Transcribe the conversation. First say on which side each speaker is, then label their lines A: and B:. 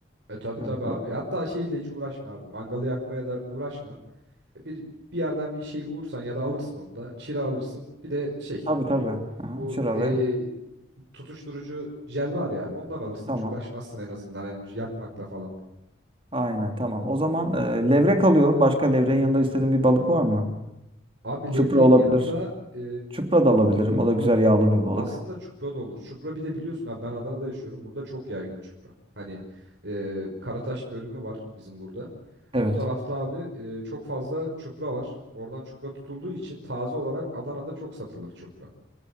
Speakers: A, on the right; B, on the right.
A: e tabii tabii
B: Evet.
A: abi.
B: Ba-
A: Hatta şeyle hiç uğraşma abi. Mangalı yakmaya da uğraşma. Bir bir yerden bir şey bulursan ya da alırsın onu da. Çira alırsın. Bir de şey
B: Tabii tabii. Aha.
A: bu
B: Çıra
A: e,
B: ve
A: tutuşturucu jel var ya abi. Ondan alırsın
B: tamam.
A: hiç uğraşmazsın en azından hani yakmakla falan.
B: Aynen tamam. O zaman e, levrek alıyorum. Başka levreğin yanında istediğin bir balık var mı?
A: Abi
B: Çupra
A: levreğin
B: olabilir.
A: yanında e,
B: Çupra da alabilirim. O da güzel yağlı bir balık.
A: aslında çupra da olur. Çupra bir de biliyorsun abi ben Adana'da yaşıyorum. Burada çok yaygın çupra. Hani e, Karataş bölümü var bizim burada.
B: Evet.
A: O tarafta abi e, çok fazla çupra var. Oradan çupra tutulduğu için taze olarak Adana'da çok satılır çupra.